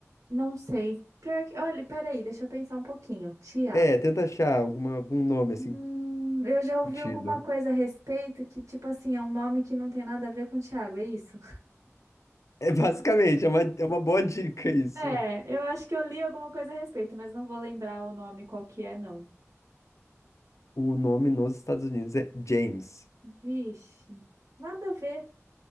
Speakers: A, on the right; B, on the left.
A: Não sei. Pior que... Olha, peraí, deixa eu pensar um pouquinho. Thiago.
B: É, tenta achar alguma, algum nome assim,
A: Hum, eu já ouvi
B: sentido.
A: alguma coisa a respeito que, tipo assim, é um nome que não tem nada a ver com Thiago, é isso?
B: É basicamente, é uma, é uma boa dica isso.
A: É, eu acho que eu li alguma coisa a respeito, mas não vou lembrar o nome qual que é, não.
B: O nome nos Estados Unidos é James.
A: Vixe, nada a ver.